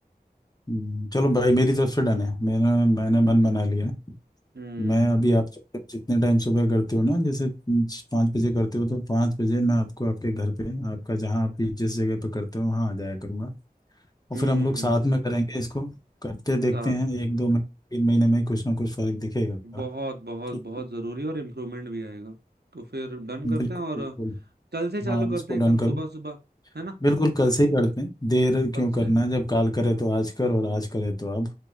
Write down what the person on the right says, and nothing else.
हम्म
हम्म
साथ
में
बहुत बहुत
बहुत जरूरी और इम्प्रूवमेंट भी आएगा तो फिर डन करते
हैं और
कल से चालू
करते
हैं एकदम
सुबह सुबह है ना
कल
से
हम्म